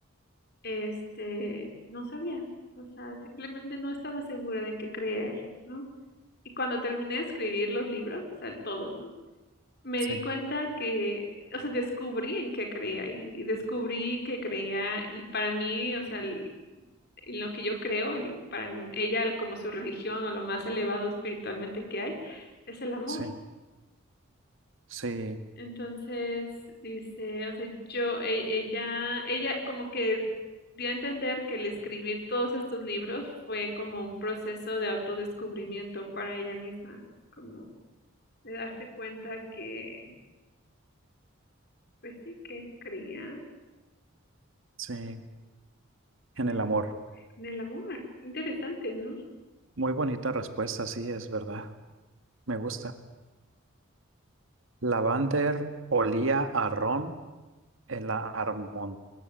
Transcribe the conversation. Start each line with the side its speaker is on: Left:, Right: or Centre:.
Left: este, no sabía, o sea, simplemente no estaba segura de en qué creer, ¿no? Y cuando terminé de escribir los libros, o sea, todos, ¿no? Me
Right: Sí.
Left: di cuenta que, o sea, descubrí en qué creía y, y descubrí que creía, y para mí, o sea, el- en lo que yo creo, el- para m- ella el- como su religión o lo más elevado espiritualmente que hay, es el amor.
Right: Sí. Sí.
Left: Entonces dice, o sea, yo, e- ella, ella como que dio a entender que el escribir todos estos libros fue como un proceso de autodescubrimiento para ella misma, como de darse cuenta que, pues sí, que creía
Right: Sí. En
Left: en
Right: el
Left: el
Right: amor.
Left: amor, en el amor. Interesante, ¿no?
Right: Muy bonita respuesta, sí, es verdad. Me gusta. Lavander olía a ron en la Armon-